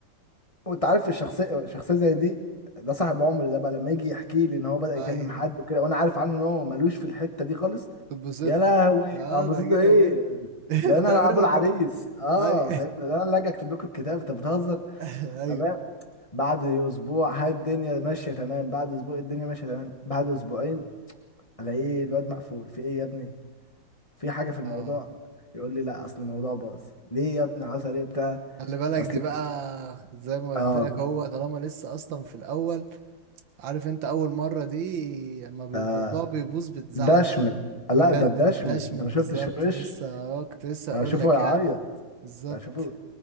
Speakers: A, on the left; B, on the right.
A: وانت عارف الشخصيه شخصيه زي دي ده صاحب عمري ده بقى لما يجي يحكي لي ان هو بدأ
B: <laughs>
A: يكلم
B: ايوه
A: حد وكده وانا عارف عنه ان هو ملوش في الحته دي خالص
B: تتبسط
A: يا لهوي
B: له اه
A: ابوظت
B: ده كده
A: له ايه
B: كده <laughs>
A: ده انا
B: تعمله
A: ابو العريس
B: بره
A: اه
B: اي
A: فاهم ده انا اللي اجي اكتب لكم الكتاب انت بتهزر
B: <laughs> ايوه
A: تمام بعد اسبوع هاي الدنيا ماشيه تمام بعد اسبوع الدنيا ماشيه تمام بعد اسبوعين الاقي الواد مقفول في ايه يا ابني في حاجه في الموضوع
B: اه
A: يقول لي لا اصل الموضوع باظ ليه يا ابني حصل ايه بتاع
B: خلي بالك
A: اصل
B: دي بقى زي ما قلت
A: اه
B: لك هو طالما لسه اصلا في الاول عارف انت اول مره دي اما بيبقى
A: ده
B: الموضوع بيبوظ بتزعل
A: ده شمل
B: قوي
A: لا
B: بجد
A: ده ده
B: بتدشمل
A: شمل انت ما
B: بالظبط
A: شفتش وش
B: لسه اه كنت لسه
A: انا
B: اقول
A: بشوفه
B: لك
A: يعيط
B: يعني بالظبط
A: انا بشوفه